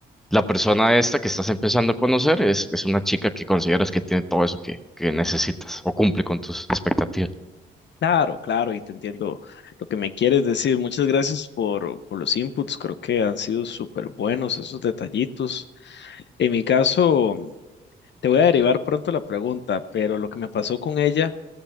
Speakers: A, in the centre; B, on the left.
A: la persona esta que estás empezando a conocer es, es una chica que consideras que tiene todo eso que, que necesitas o cumple con tus expectativas.
B: Claro, claro, y te entiendo lo que me quieres decir. Muchas gracias por, por los inputs, creo que han sido súper buenos esos detallitos. En mi caso, te voy a derivar pronto la pregunta, pero lo que me pasó con ella